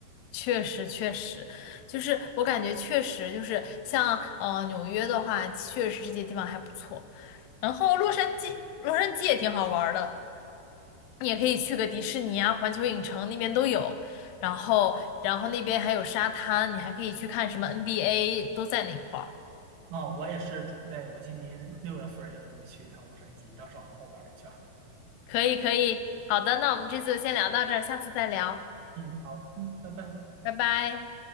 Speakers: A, on the left; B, on the right.
A: 确实确实，就是我感觉确实就是像呃纽约的话，确实这些地方还不错，然后洛杉矶，洛杉矶也挺好玩儿的。你也可以去个迪士尼啊、环球影城那边都有，然后然后那边还有沙滩，你还可以去看什么 NBA 都在那块儿。
B: 哦，我也是准备，我今年六月份儿也准备去一趟洛杉矶，到时候好好玩儿一圈儿
A: 可以可以，好的，那我们这次就先聊到这儿，下次再聊，
B: 嗯，好，嗯，拜拜。
A: 拜拜。